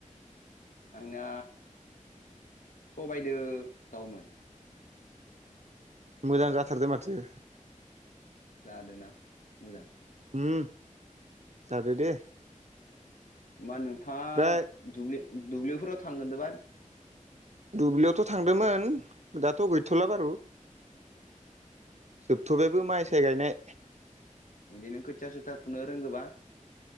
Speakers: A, on the left; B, on the right.
A: आंना सबायदो दाउमोन
B: मोजां जाथारदों माथो
A: जादों ना मोजां
B: ओ जादो दे
A: होमबा नोंथाङा
B: ओमफ्राय
A: दुब्लि दुब्लिफोराव थांगोन द बा
B: दुब्लियावथ' थांदोंमोन दाथ' गैथ'ला बारु जोबथ'बायबो माइ साय गायनाय
A: बिदिनो खोथिया सुथा फुनो रोंगोबा